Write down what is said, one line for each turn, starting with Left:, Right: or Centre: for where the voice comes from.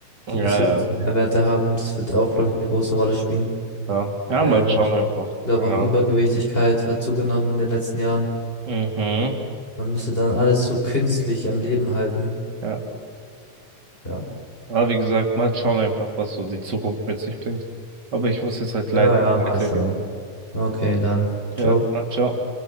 Right: ja,
Left: die nicht so
Right: ja,
Left: gute Nährwerte haben. Das wird auch, glaube ich, eine große Rolle spielen.
Right: ja. Ja,
Left: Ähm,
Right: mal schauen
Left: ich
Right: einfach.
Left: glaube
Right: Keine
Left: auch Übergewichtigkeit
Right: Ahnung.
Left: hat zugenommen in den letzten Jahren.
Right: Mhm.
Left: Man müsste dann alles so künstlich am Leben halten.
Right: Ja.
Left: Ja.
Right: Aber wie gesagt, mal schauen einfach, was so die Zukunft mit sich bringt. Aber ich muss jetzt halt
Left: Ja,
Right: leider
Left: ja, mal
Right: weitergehen.
Left: schauen. Okay, dann. Ciao.
Right: Ja, dann ciao.